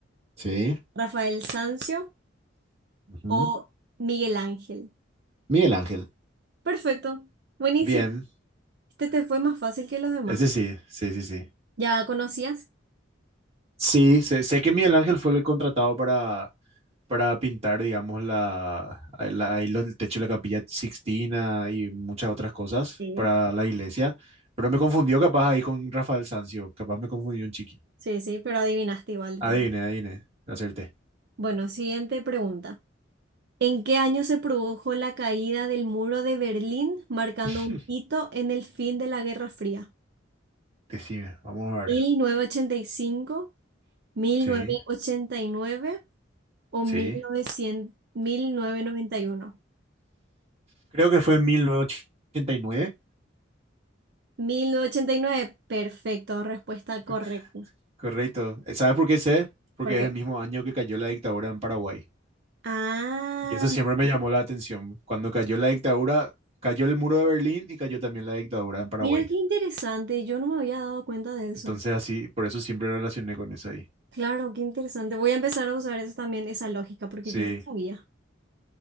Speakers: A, on the right; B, on the right.
A: Sí.
B: Rafael Sanzio
A: ujú.
B: o Miguel Ángel.
A: Miguel Ángel.
B: Perfecto, buenísimo.
A: Bien,
B: Este te fue más fácil que los demás.
A: ese sí, sí, sí, sí.
B: ¿Ya conocías?
A: Sí, sé, sé que Miguel Ángel fue el contratado para, para pintar, digamos, la, la- ahí los- el techo de la Capilla Sixtina y muchas otras cosas
B: Sí.
A: para la iglesia. Pero me confundió capaz ahí con Rafael Sanzio, capaz me confundió un chiqui.
B: Sí, sí, pero adivinaste igual. de
A: Adivine,
B: todas.
A: adivine, acerté.
B: Bueno, siguiente pregunta. ¿En qué año se produjo la caída del muro de Berlín, marcando
A: <laughs>
B: un hito en el fin de la Guerra Fría?
A: Decime, vamos a ver.
B: mil mil novecientos novecientos ochenta ochenta y cinco, mil
A: Sí,
B: novecientos ochenta y nueve o
A: sí.
B: mil mil mil novecientos novecientos novecientos noventa y uno,
A: Creo que fue en 1989.
B: mil novecientos ochenta y nueve, perfecto, respuesta correcta.
A: Co- Correcto. Eh, ¿Sabes por qué sé? Porque
B: ¿Por qué?
A: es el mismo año que cayó la dictadura en Paraguay.
B: Ah,
A: Y eso siempre me llamó la atención. Cuando cayó la dictadura, cayó el muro de Berlín y cayó también la dictadura en Paraguay.
B: mira qué interesante, yo no me había dado cuenta de eso.
A: Entonces así, por eso siempre relacioné con eso ahí.
B: Claro, qué interesante. Voy a empezar a usar eso también, esa lógica, porque
A: Sí,
B: yo no sabía.